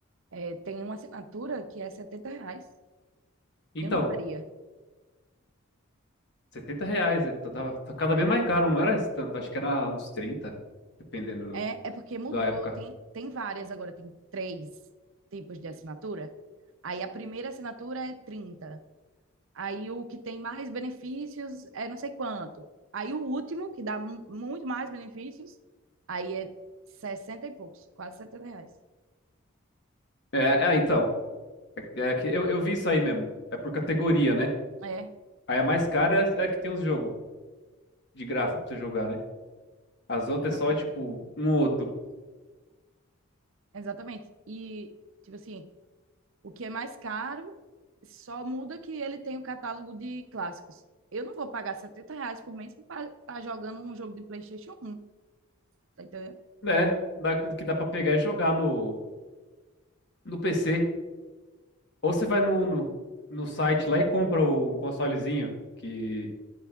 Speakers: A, on the right; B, on the left.
A: é, tem uma assinatura que é 70 reais.
B: Então,
A: Eu não daria.
B: 70 reais. é, Tá, tá- tá cada vez mais caro, não era esse tanto. Acho que era uns 30, dependendo
A: É,
B: do-
A: é porque mudou,
B: da época.
A: tem, tem várias agora, tem três tipos de assinatura. Aí a primeira assinatura é 30. Aí o que tem mais benefícios é não sei quanto. Aí o último, que dá mu- muito mais benefícios, aí é 60 e poucos, quase 70 reais.
B: É, é, então. É, é que eu, eu vi isso aí mesmo. É por categoria, né?
A: É,
B: Aí a mais cara é, a- é a que tem uns jogos de graça pra você jogar, né? As outras
A: exata-
B: é só, tipo, um ou outro.
A: exatamente. E, tipo assim, o que é mais caro só muda que ele tem o catálogo de clássicos. Eu não vou pagar 70 reais por mês para estar jogando um jogo de PlayStation um, tá entendendo?
B: Né? Dá, que dá pra pegar e jogar no, no PC. Ou você vai no, no, no site lá e compra um consolezinho, que